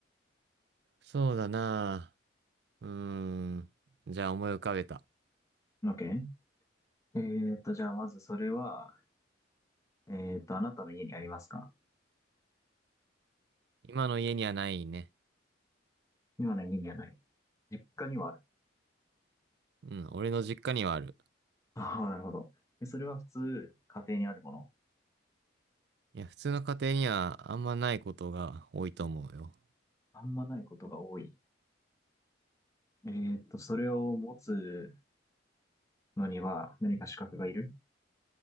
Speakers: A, on the right (about 60°); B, on the left (about 15°).
A: そうだなあ。うーん。じゃあ、思い浮かべた。
B: う。OK? えーっと、じゃあまずそれは、えーっと、あなたの家にありますか
A: 今の家にはないね。
B: 今の家にはない。実家にはある。
A: うん、俺の実家にはある。
B: <laughs> ああ、なるほど。でそれは普通、家庭にあるもの。
A: いや、普通の家庭にはあんまないことが多いと思うよ。
B: あんまないことが多い。えーっと、それを持つのには何か資格がいる